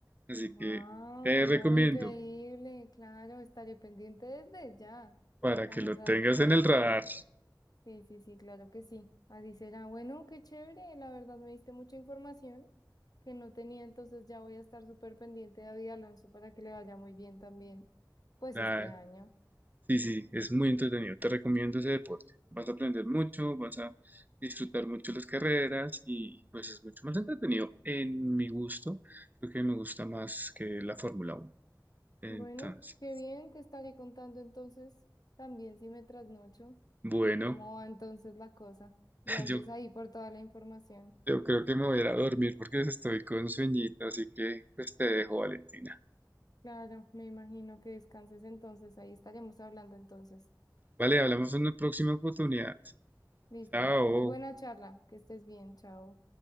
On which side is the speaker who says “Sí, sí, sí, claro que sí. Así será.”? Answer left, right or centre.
Left